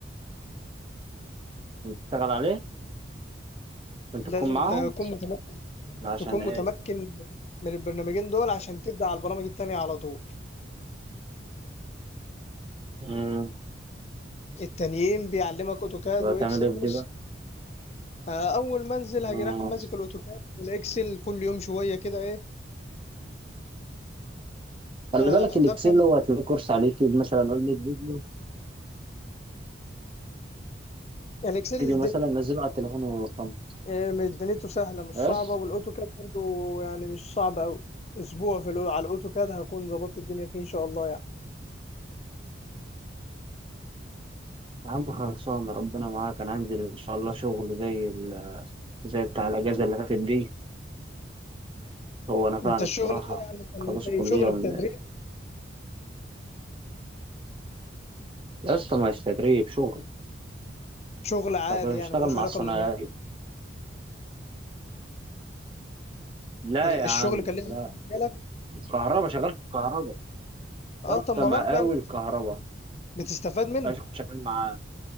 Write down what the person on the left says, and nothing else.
لازم
تكون متمكن
تكون
متمكن من البرنامجين دول عشان تبدا على البرامج التانيه على طول
التانيين بيعلمك اوتوكاد
واكسل
من
الصفر
آه، اول ما انزل
هاجي رايح ماسك الاوتوكاد والاكسل كل يوم شويه كده ايه
آه،
افهم
الاكسل
إيه، ميزانيته سهلة مش
صعبة والأوتوكاد برضو يعني مش صعب أوي أسبوع في الأو... على الأوتوكاد هكون ظبطت الدنيا فيه إن شاء الله يعني
أنت الشغل
ده يعني كان
زي
شغل
بتدريب
شغل عادي
يعني ملوش
علاقة
بمجالك
الشغل
كان ليه
علاقة بمجالك
أه
طب ما
برضه يعني
بتستفاد منه